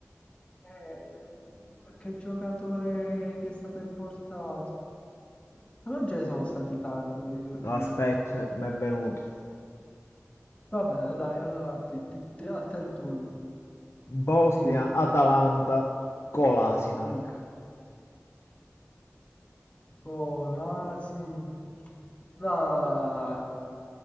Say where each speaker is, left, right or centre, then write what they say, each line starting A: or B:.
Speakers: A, on the left; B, on the left.
A: eh, qualche giocatore che è stato importato, ma non ce ne sono stati tanti negli ultimi
B: No, aspetta,
A: anni,
B: mi è venuto.
A: va bene, dai, allora a te, ti- ti- a te il turno,
B: Bosnia-Atalanta
A: dimmi,
B: con l'Asinac.
A: mm. Oh, l'Asin, la...